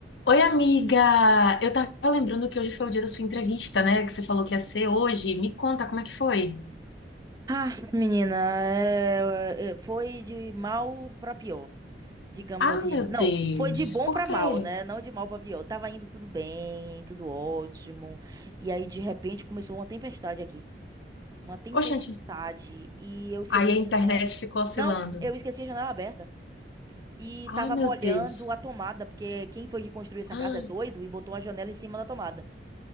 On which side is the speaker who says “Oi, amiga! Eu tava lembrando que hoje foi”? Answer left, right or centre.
Left